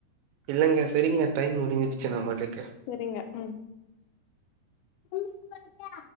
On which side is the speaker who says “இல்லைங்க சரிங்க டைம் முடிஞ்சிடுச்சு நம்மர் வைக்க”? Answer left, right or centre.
Right